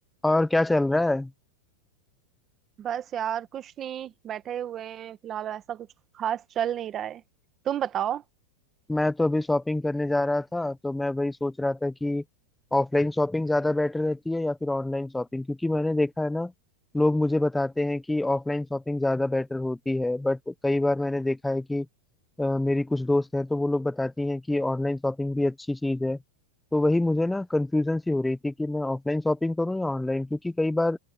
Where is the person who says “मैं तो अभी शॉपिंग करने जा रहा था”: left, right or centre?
Centre